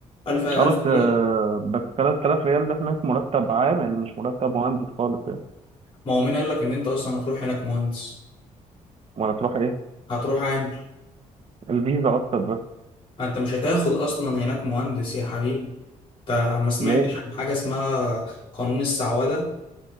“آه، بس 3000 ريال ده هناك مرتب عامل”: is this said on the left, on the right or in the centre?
Right